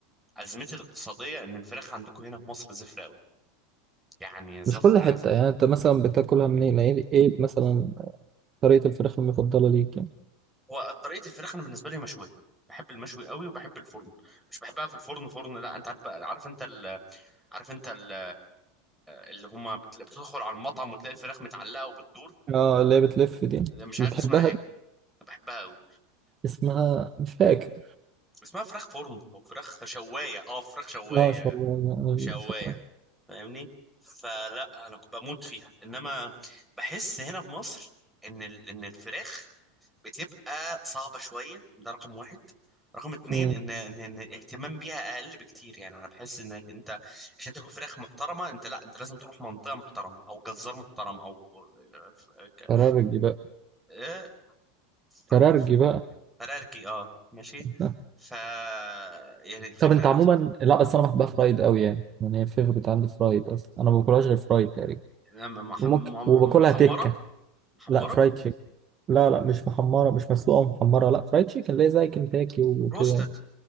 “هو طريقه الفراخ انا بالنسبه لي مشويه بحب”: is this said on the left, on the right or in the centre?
Centre